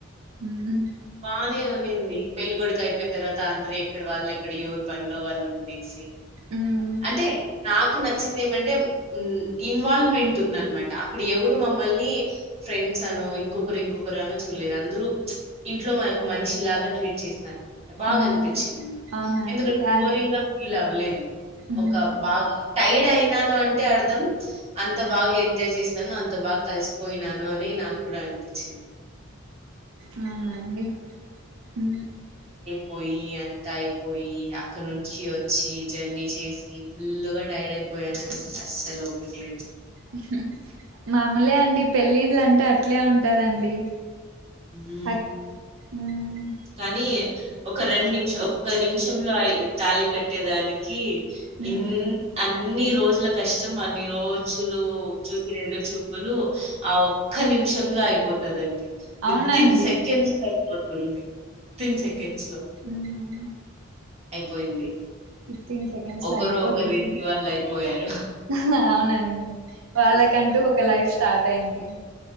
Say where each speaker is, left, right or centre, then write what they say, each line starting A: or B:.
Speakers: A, on the right; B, on the right.
A: ఉమ్
B: బానే ఉనింది పెళ్ళికొడుకి అయిపోయిన తర్వాత అందరు ఎక్కడ వాళ్ళు ఎక్కడ వరి పనిలో వాళ్ళు ఉండేసి
A: ఉమ్
B: అంటే నాకు నచ్చింది ఏమంటే ఇన్వాల్వ్మెంట్ ఉందనమాట అక్కడ ఎవరు మమ్మల్ని ఫ్రెండ్స్ అనో ఇంకొకరు ఇంకొకరు అనో చూడలేదు అందరూ ఇంట్లో మన ఒక మనిషి లాగా ట్రీట్ చేసినారు బాగా
A: ఉమ్
B: అనిపించింది
A: అవునండి
B: ఎందుకంటే బోరింగ్
A: ఆ
B: గా ఫీల్ అవ అవ్వలేదు
A: ఉమ్
B: ఒక బాగా టైర్డ్ అఐ నాను అంటే అర్థం అంత బాగా ఎంజాయ్ చేసినాను అంత బాగా కలిసిపోయినాను అని నాకు కూడా అనిపించింది
A: ఊ అవునండి ఊ
B: పోయి అంతా అయిపోయి అక్కడ నుంచి వచ్చి జర్నీ చేసి ఫుల్గా టైర్డ్ అయిపోయానండి అస్సలు ఓపికలేదు
A: ఉహు మామూలే అండి పెళ్ళిళ్ అంటే అట్లే ఉంటదండి
B: ఊ
A: అక్ ఉమ్
B: కనీ ఒక రెండు నిమిష్ ఒక్క నిమిషంలో ఐద్ తాళి కట్టేదానికి
A: ఉమ్
B: ఇన్ అన్ అన్ని రోజుల కష్టం అన్ని రో జులు చూసిన ఎదురు చూ ప్పులు ఆ ఒక్క నిమిషంలో అయిపోతదండి వితిన్
A: అవునండి
B: సెకండ్స్ ల ఐపోతది రుంది తిన్ చెక్ తిన్స్ లొ
A: ఉమ్
B: అయిపోయింది
A: ఫిఫ్టీన్ సెకండ్స్
B: ఒకరు
A: ల అయిపోతుంది
B: ఒకరి ఇంటి వాళ్ళు అయిపోయారు
A: ఆహ్ ఆ నండి వాళ్ళకంటూ ఒక లైఫ్ స్టార్ట్ అయింది